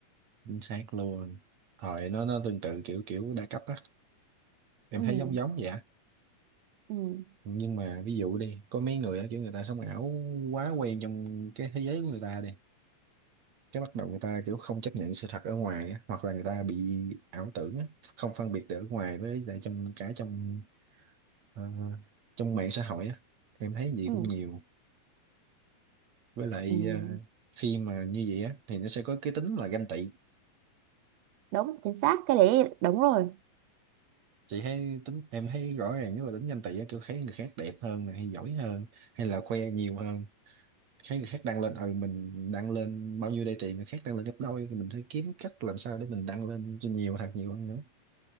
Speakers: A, on the right; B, on the right.
A: chính xác luôn thời nó nó tương tự kiểu kiểu đa cấp á em
B: ừ
A: thấy giống giống vậy á.
B: ừ
A: nhưng mà ví dụ đi có mấy người á kiểu người ta sống ảo quá quen trong cái thế giới của người ta đi cái bắt đầu người ta kiểu không chấp nhận sự thật ở ngoài á, hoặc là người ta bị ảo tưởng á, không phân biệt được ở ngoài với lại trong cả trong ờ, trong mạng xã hội á em thấy gì
B: ừ
A: cũng nhiều với lại
B: ừ
A: ờ, khi mà như vậy á thì nó sẽ có cái tính là ganh tị
B: đúng chính xác cái đấy đúng rồi
A: chị thấy tính em thấy rõ ràng nếu mà tính nhanh tỷ á, kiểu thấy người khác đẹp hơn này hay giỏi hơn hay là khoe nhiều hơn thấy người khác đăng lên ừ mình đăng lên bao nhiêu đây tiền người khác đăng lên gấp đôi thì mình phải kiếm cách làm sao để mình đăng lên cho nhiều thật nhiều hơn nữa